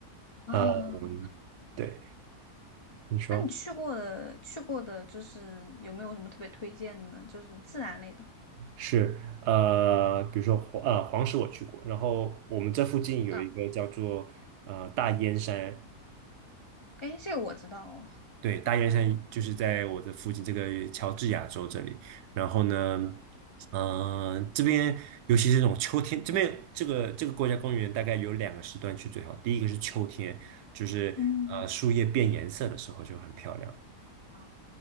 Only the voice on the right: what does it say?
嗯，对，你说
是呃，比如说黄呃黄石我去过，然后我们这附近有一个叫做呃大燕山，
对，大雁山就是在我的附近这个乔治亚州这里。然后呢，嗯，这边尤其是这种秋天，这边这个这个国家公园大概有两个时段去最好。第一个是秋天，就是呃树叶变颜色的时候就很漂亮。